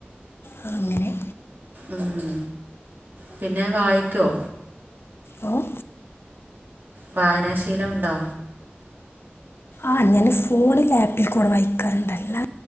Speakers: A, on the left; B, on the right.
A: അങ്ങനെ ആ അങ്ങനെ
B: മ് പിന്നെ വായിക്കോ
A: ഓ
B: വായനാശീലമുണ്ടോ?
A: ആ ഞാന് ഫോണില് ആപ്പിൽ കൂടെ വായിക്കാറ്ണ്ട് അല്ലാ